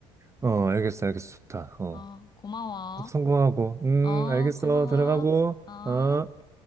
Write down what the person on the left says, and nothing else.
어, 고마워.
어,
고마워.
어.